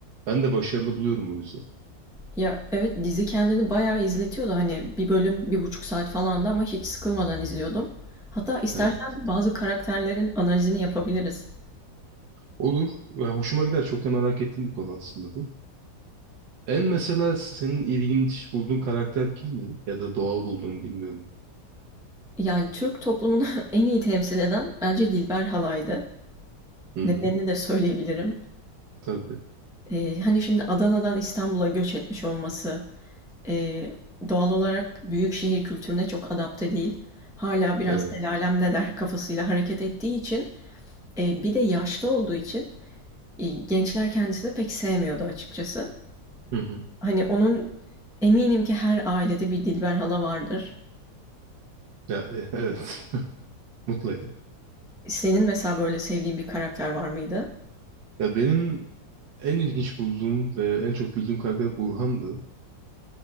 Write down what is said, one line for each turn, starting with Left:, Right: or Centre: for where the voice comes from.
Right: Ben de başarılı buluyorum o yüzden.
Centre: Ya evet dizi kendini bayağı izletiyordu hani bir bölüm bir buçuk saat falandı ama hiç sıkılmadan izliyordum. Hatta istersen
Right: Evet.
Centre: bazı karakterlerin analizini yapabiliriz.
Right: Olur. Ya hoşuma gider. Çok da merak ettiğim bir konu aslında bu. En mesela senin ilginç bulduğun karakter kimdi? Ya da doğal bulduğun bilmiyorum.
Centre: Yani Türk toplumunu <laughs> en iyi temsil eden bence Dilber Halay'dı.
Right: Hı
Centre: Nedenini
Right: hı.
Centre: de söyleyebilirim.
Right: Tabii.
Centre: Eee, hani şimdi Adana'dan İstanbul'a göç etmiş olması eee, doğal olarak büyük şehir kültürüne çok adapte değil. Hala biraz
Right: Evet.
Centre: el alem ne der kafasıyla hareket ettiği için eee, bir de yaşlı olduğu için e, gençler kendisini pek sevmiyordu açıkçası.
Right: Hı hı.
Centre: Hani onun eminim ki her ailede bir Dilber hala vardır.
Right: Ya, e, evet. <laughs> Mutlaka.
Centre: Senin mesela böyle sevdiğin bir karakter var mıydı?
Right: Ya benim en ilginç bulduğum ve en çok güldüğüm karakter Burhan'dı.